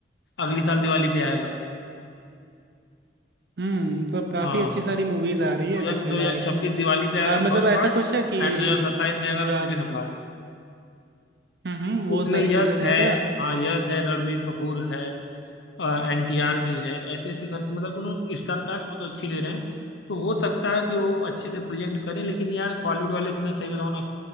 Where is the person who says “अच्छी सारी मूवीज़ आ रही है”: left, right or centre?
Right